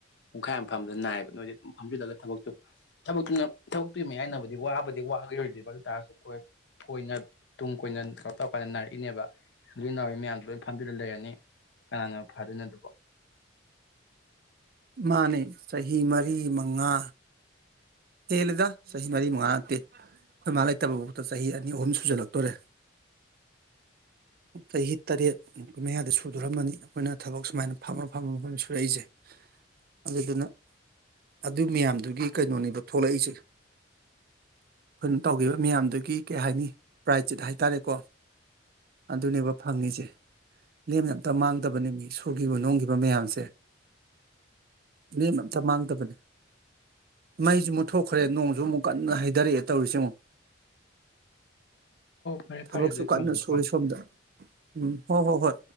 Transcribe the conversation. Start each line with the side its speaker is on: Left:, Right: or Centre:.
Left: ꯄꯨꯡꯈꯥꯏ ꯑꯃ ꯃꯐꯝꯗ ꯅꯥꯌꯦꯕ ꯅꯣꯏꯦ ꯑꯗꯨꯝ ꯐꯝꯁꯤꯜꯂꯒ ꯊꯕꯛꯇꯣ ꯊꯕꯅ ꯊꯕꯛ ꯄꯤꯕ ꯌꯥꯏꯅꯕꯗꯤ ꯋꯥꯕꯗꯤ ꯋꯥꯈꯤꯔꯣꯏꯗ꯭ꯔꯤꯕ ꯑꯗꯨ ꯇꯥꯔꯁꯨ ꯑꯩꯣꯏꯣꯏꯅ ꯇꯨꯡ ꯀꯣꯏꯅ ꯇꯧꯔ ꯇꯧꯔ ꯀꯥꯟꯗ ꯅꯥꯔꯛꯏꯅꯦꯕ ꯏ ꯏ ꯅꯥꯎꯏ ꯃꯌꯥꯝꯗꯣ ꯂꯣꯏꯅ ꯐꯝꯗꯨꯅ ꯂꯩꯔꯅꯤ ꯀꯅꯥꯅꯣ ꯐꯗꯣꯏꯅꯣ ꯑꯗꯨꯕꯣ
Right: ꯃꯥꯅꯦ ꯆꯍꯤ ꯃꯔꯤ ꯃꯉꯥ ꯍꯗ ꯆꯍꯤ ꯃꯔꯤ ꯃꯉꯥ ꯅꯠꯇꯦ ꯑꯩꯈꯣꯏꯃꯥ ꯂꯩꯇꯕ ꯐꯥꯎꯗ ꯆꯍꯤ ꯑꯅꯤ ꯑꯍꯨꯝ ꯁꯨꯖꯜꯂꯛꯇꯣꯔꯦ ꯆꯍꯤ ꯇꯔꯦꯠ ꯃꯨꯛꯀꯤ ꯃꯌꯥꯏꯗ ꯁꯨꯗꯣꯔꯝꯃꯅꯤ ꯑꯩꯈꯣꯏꯅ ꯊꯕꯛ ꯁꯨꯃꯥꯏꯅ ꯐꯝꯃ ꯐꯝꯃꯝ ꯁꯨꯔꯛꯏꯁꯦ ꯑꯗꯨꯗꯨꯅ ꯑꯗꯨ ꯃꯌꯥꯝꯗꯨꯒꯤ ꯀꯩꯅꯣꯅꯦꯕ ꯊꯣꯛꯂꯛꯏꯁꯦ ꯑꯩꯈꯣꯏꯅ ꯇꯧꯈꯤꯕ ꯃꯌꯥꯝꯗꯨꯒꯤ ꯀꯩ ꯍꯥꯏꯅꯤ ꯄ꯭ꯔꯥꯏꯖ ꯆꯤꯠ ꯍꯥꯏꯇꯥꯔꯦꯀꯣ ꯑꯗꯨꯅꯦꯕ ꯐꯪꯉꯁꯦ ꯂꯦꯝꯅ ꯑꯝꯇ ꯃꯥꯡꯗꯕꯅꯦ ꯃꯤ ꯁꯨꯈꯤꯕ ꯅꯣꯡꯒꯤꯈꯤꯕ ꯃꯌꯥꯝꯁꯦ ꯃꯤ ꯑꯝꯇ ꯃꯥꯡꯗꯕꯅꯦ ꯃꯩꯁꯨ ꯃꯨꯠꯊꯣꯛꯈ꯭ꯔꯦ ꯅꯣꯡꯁꯨ ꯑꯃꯨꯛ ꯀꯟꯅ ꯍꯩꯊꯔꯛꯑꯦ ꯇꯧꯔꯤꯁꯦ ꯑꯃꯨꯛ
Left: ꯐꯔꯦ,
Right: ꯊꯕꯛꯁꯨ
Left: ꯐꯔꯦ. ꯑꯗꯨꯗꯤ
Right: ꯀꯟꯅ
Left: ꯊꯝꯃꯦꯀꯣ.
Right: ꯁꯣꯔꯤ ꯁꯝꯗ ꯎꯝ ꯍꯣꯏ ꯍꯣꯏ ꯍꯣꯏ